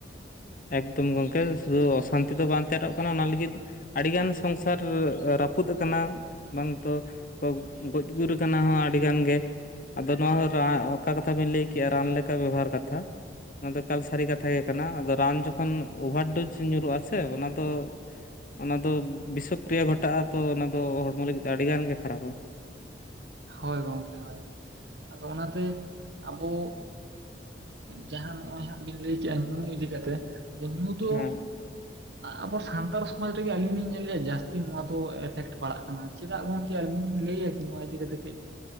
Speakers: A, on the left; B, on the right.
A: ᱮᱠᱫᱚᱢ ᱜᱚᱢᱠᱮ ᱥᱩᱫᱷᱩ ᱚᱥᱟᱱᱛᱤ ᱫᱚ ᱵᱟᱝ ᱛᱮᱭᱟᱨᱚᱜ ᱠᱟᱱᱟ ᱚᱱᱟ ᱞᱟᱹᱜᱤᱫ ᱟᱹᱰᱤᱜᱟᱱ ᱥᱚᱝᱥᱟᱨ ᱨᱟᱹᱯᱩᱫ ᱟᱠᱟᱱᱟ᱾ ᱵᱟᱝᱛᱚ ᱜᱚᱡ ᱜᱩᱨ ᱠᱟᱱᱟ ᱦᱚᱸ ᱟᱹᱰᱤ ᱜᱟᱱ ᱜᱮ᱾ ᱟᱫᱚ ᱱᱚᱣᱟ ᱦᱚᱸ ᱚᱠᱟ ᱠᱟᱛᱷᱟ ᱵᱮᱤᱱ ᱞᱟᱹᱭ ᱠᱮᱜ-ᱟ ᱨᱟᱱ ᱞᱮᱠᱟ ᱵᱮᱵᱚᱦᱟᱨ ᱠᱟᱛᱷᱟ ᱱᱚᱣᱟ ᱫᱚ ᱮᱠᱟᱞ ᱥᱟᱨᱤ ᱠᱟᱛᱷᱟ ᱜᱮ᱾ ᱠᱟᱱᱟ ᱟᱫᱚ ᱨᱟᱱ ᱡᱚᱠᱷᱚᱱ ᱚᱵᱷᱟᱨ ᱰᱳᱡ ᱧᱩᱨᱩᱜ-ᱟ ᱥᱮ ᱚᱱᱟ ᱫᱚ ᱚᱱᱟ ᱫᱚ ᱵᱤᱥᱚ ᱠᱨᱤᱭᱟ ᱜᱷᱚᱴᱟᱜ-ᱟ ᱛᱚ ᱚᱱᱟ ᱫᱚ ᱦᱚᱲᱢᱚ ᱞᱟᱹᱜᱤᱫ ᱫᱚ ᱟᱹᱰᱤ ᱜᱟᱱ ᱜᱮ ᱠᱷᱟᱨᱟᱯ-ᱟ᱾
B: ᱦᱳᱭ ᱜᱚᱢᱠᱮ ᱦᱳᱭ ᱟᱫᱚ ᱚᱱᱟᱛᱮ ᱟᱵᱚ ᱡᱟᱦᱟᱸ ᱱᱚᱜ-ᱚᱭ ᱦᱟᱸᱜ ᱵᱤᱱ ᱞᱟᱹᱭ ᱠᱮᱫᱮᱜ-ᱟ ᱧᱩ ᱤᱫᱤ ᱠᱟᱛᱮᱜ ᱟᱫᱚ ᱧᱩ ᱫᱚ
A: ᱦᱮᱸ
B: ᱟᱵᱚ ᱥᱟᱱᱛᱟᱲ ᱥᱚᱢᱟᱡ ᱨᱮᱜᱮ ᱟᱹᱞᱤᱧ ᱞᱤᱧ ᱧᱮᱞᱮᱫ-ᱟ ᱡᱟᱹᱥᱛᱤ ᱱᱚᱣᱟ ᱫᱚ ᱮᱯᱷᱮᱠᱴ ᱯᱟᱲᱟᱜ ᱠᱟᱱᱟ᱾ ᱪᱮᱫᱟᱜ ᱜᱚᱝᱠᱮ ᱟᱹᱞᱤᱧ ᱞᱤᱧ ᱞᱟᱹᱭᱟ ᱠᱤ ᱱᱚᱣᱟ ᱤᱫᱤ ᱠᱟᱛᱮ ᱠᱟᱹᱡ᱾